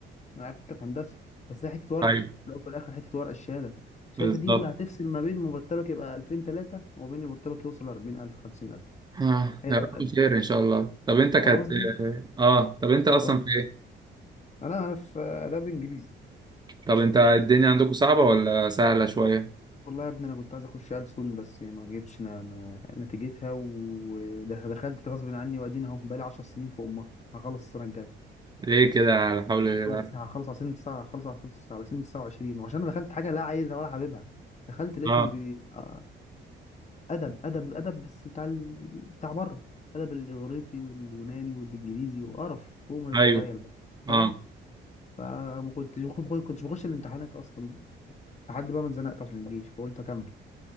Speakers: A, on the left (about 35°); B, on the right (about 20°).
A: انا عارف انت في هندسه بس هي حته ورقه
B: ايوه
A: لو في الاخر حته ورقه الشهاده شايف
B: بالظبط
A: دي اللي هتفصل ما بين مرتبك يبقى 2003 وما بين مرتبك يوصل 40000 50000
B: آه،
A: هي
B: يا
A: الورقه
B: رب
A: دي
B: خير ان شاء الله طب انت كانت
A: فاهم قصدي
B: اه طب انت اصلا
A: قول لي
B: في
A: انا انا في اداب انجليزي
B: طب انت الدنيا عندكم صعبة ولا سهلة شوية؟
A: والله يا ابني انا كنت عايز اخش ألسن بس ما جبتش نا- ما نتيجتها ودخلت غصب عني وادينا اهو بقالي 10 سنين في امها هخلص السنه الجايه
B: ليه كده حول الله
A: خلص هخلص على سن 9 هخلص على سن على سن 29 وعشان انا دخلت حاجه لا عايزها ولا حاببها دخلت لقيتهم
B: اه
A: بي... آه، ادب ادب ادب بس بتاع ال... بتاع بره ادب الاغريقي واليوناني والانجليزي وقرف فوق ما تتخيل
B: ايوه
A: بقى فاهم
B: اه
A: فما كنتش ما كنتش بخش الامتحانات اصلا لحد بقى ما اتزنقت عشان الجيش فقلت اكمل